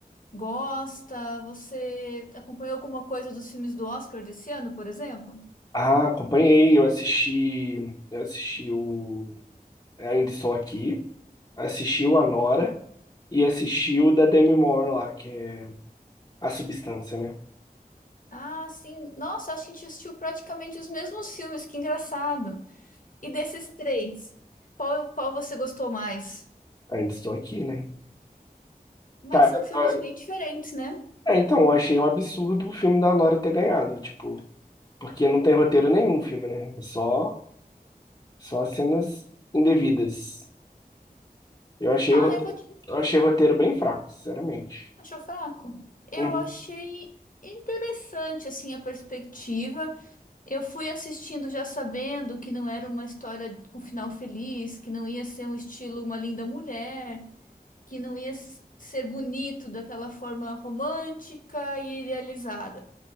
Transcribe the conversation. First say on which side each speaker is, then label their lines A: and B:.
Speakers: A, on the left; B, on the left.
A: gosta. Você acompanhou alguma coisa dos filmes do Oscar desse ano, por exemplo?
B: Ah, acompanhei, eu assisti, eu assisti o Ainda Estou Aqui, assisti o Anora e assisti o da Demi Moore lá, que é A Substância, né?
A: Ah, sim. Nossa, acho que a gente assistiu praticamente os mesmos filmes, que engraçado. E desses três, qual, qual você gostou mais?
B: Ainda Estou Aqui, né?
A: Mas
B: Cara,
A: são filmes
B: eu-
A: bem diferentes, né?
B: é, então, eu achei um absurdo o filme da Nora ter ganhado, tipo, porque não tem roteiro nenhum o filme, né? É só Só cenas indevidas. Eu achei
A: Ah,
B: o roteiro,
A: eu vou te...
B: eu achei o roteiro bem fraco, sinceramente.
A: Achou fraco? Eu
B: Uhum.
A: achei interessante, assim, a perspectiva. Eu fui assistindo já sabendo que não era uma história com final feliz, que não ia ser um estilo Uma Linda Mulher, que não ia s- ser bonito daquela forma romântica e idealizada.